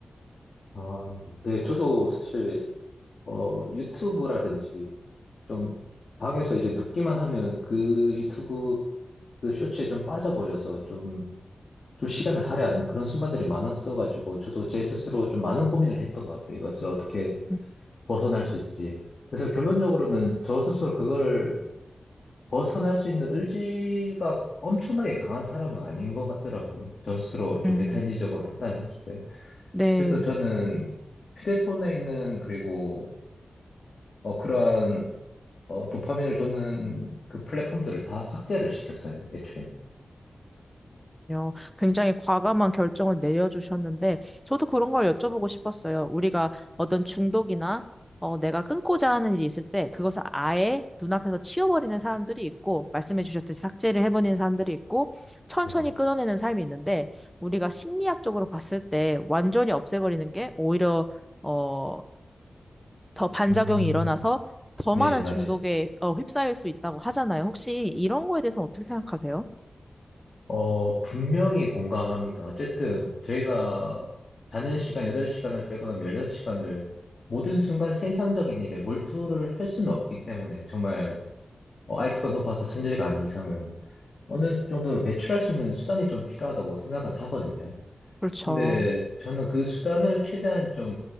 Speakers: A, on the left; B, in the centre.
A: 아, 네, 저도 사실 어, 유튜브라든지 좀 방에서 이제 눕기만 하면 그 유튜브 그 쇼츠에 좀 빠져버려서 좀, 좀 시간을 할애하는 그런 순간들이 많았어가지고 저도 제 스스로 좀 많은 고민을 했던 것 같아요. 이것을 어떻게
B: 음,
A: 벗어날 수 있을지. 그래서 결론적으로는 저 스스로 그거를 벗어날 수 있는 의지가 엄청나게 강한 사람은 아닌 것 같더라고요. 저 스스로 좀
B: 음.
A: 메타인지적으로 판단을 했을 때.
B: 네.
A: 그래서 저는 휴대폰에 있는 그리고 어, 그러한 어, 도파민을 주는 그 플랫폼들을 다 삭제를 시켰어요, 애초에.
B: 요 굉장히 과감한 결정을 내려주셨는데, 저도 그런 걸 여쭤보고 싶었어요. 우리가 어떤 중독이나 어, 내가 끊고자 하는 일이 있을 때, 그것을 아예 눈앞에서 치워버리는 사람들이 있고, 말씀해 주셨듯이 삭제를 해버리는 사람들이 있고, 천천히
A: 네네.
B: 끊어내는 삶이 있는데, 우리가 심리학적으로 봤을 때 완전히 없애버리는 게 오히려 어, 더 반작용이
A: 음,
B: 일어나서 더
A: 네네,
B: 많은
A: 맞아요.
B: 중독에 어, 휩싸일 수 있다고 하잖아요. 혹시 이런 거에 대해서 어떻게 생각하세요?
A: 어, 분명히 공감합니다. 어쨌든 저희가 자는 시간 8시간을 빼고 나면 16시간을 모든 순간 생산적인 일에 몰두를 할 수는 없기 때문에 정말 어, 이큐가 높아서 천재가 아닌 이상은 어느 정도로 배출할 수 있는 수단이 좀 필요하다고 생각은 하거든요.
B: 그렇죠.
A: 근데 저는 그 수단을 최대한 좀,